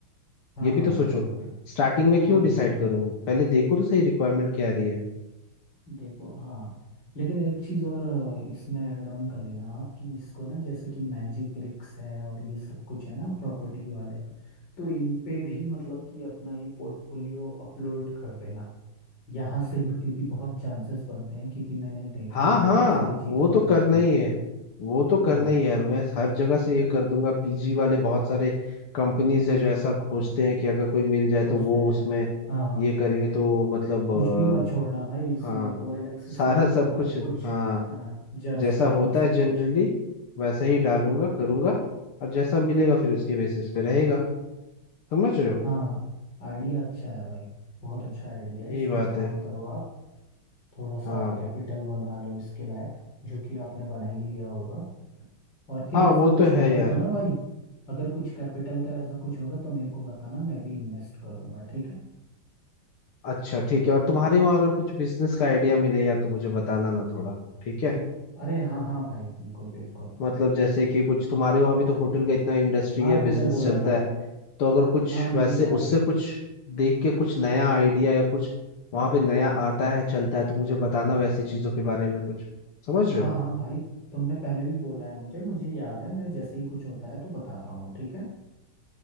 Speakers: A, on the left; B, on the left.
A: हाँ
B: ये भी
A: हाँ
B: तो सोचो
A: हाँ हाँ
B: स्टार्टिंग में
A: हाँ,
B: क्यों
A: ये
B: डिसाइड
A: भी है
B: करूँ पहले देखो तो सही रिक्वायरमेंट क्या आ रही है
A: देखो हाँ लेकिन एक चीज़ और अ, इसमें ऐड ऑन कर लेना आप कि इसको ना जैसे कि मैजिक ब्रिक्स है और ये सब कुछ है ना प्रॉपर्टी वाले तो इन पे भी मतलब कि अपना ये पोर्टफोलियो अपलोड कर देना यहाँ से भी क्योंकि बहुत चांसेस बनते हैं क्योंकि मैंने देखा
B: हाँ
A: था
B: हाँ
A: ना इन सारी चीज़ों
B: वो तो
A: को
B: करना
A: हाँ
B: ही है वो तो करना
A: हाँ
B: ही है यार मैं हर जगह से ये कर दूंगा पीजी वाले बहुत सारे कंपनीज है जो ऐसा खोजते हैं कि अगर कोई मिल जाए
A: खोजते
B: तो वो
A: हैं
B: उसमें
A: हाँ
B: ये करेंगे तो मतलब अ,
A: कुछ भी मत छोड़ना भाई इसमें
B: हाँ
A: ओ एल एक्स
B: सारा
A: से लेके
B: सब
A: हर
B: कुछ
A: कुछ
B: हाँ
A: हाँ जस्ट
B: जैसा
A: स्टाइल
B: होता
A: सब
B: है जनरली
A: कुछ
B: वैसा ही डालूंगा करूंगा और जैसा मिलेगा फिर उसके बेसिस पे रहेगा समझ रहे हो
A: हाँ आइडिया अच्छा है भाई बहुत अच्छा आइडिया
B: यही
A: है इस पे
B: बात
A: काम
B: है
A: करो आप थोड़ा सा
B: हाँ
A: आप कैपिटल बना लो इसके लायक जो कि आपने बना ही लिया होगा और फिर
B: हाँ
A: ऐसा
B: वो
A: कुछ
B: तो
A: होगा
B: है यार
A: तो ना भाई अगर कुछ कैपिटल का ऐसा कुछ होगा तो मेरे को बताना मैं भी इन्वेस्ट करूंगा ठीक है
B: अच्छा ठीक है और तुम्हारे वहाँ अगर कुछ बिजनेस का आइडिया मिले या तो मुझे बताना ना थोड़ा ठीक है
A: ठीक अरे हाँ हाँ भाई बिल्कुल बिल्कुल
B: मतलब जैसे कि कुछ तुम्हारे वहाँ भी तो होटल का इतना इंडस्ट्री
A: हाँ
B: या बिजनेस
A: तुमने बोला
B: चलता
A: था
B: है तो अगर कुछ
A: हाँ मुझे
B: वैसे
A: याद
B: उससे
A: है
B: कुछ देख के कुछ नया आइडिया या कुछ वहाँ पे नया आता है चलता है तो मुझे बताना वैसी चीजों के बारे में कुछ समझ रहे
A: हाँ
B: हो
A: हाँ भाई तुमने पहले भी बोला है मुझे मुझे याद है मैं जैसे ही कुछ होता है तो बताता हूँ ठीक है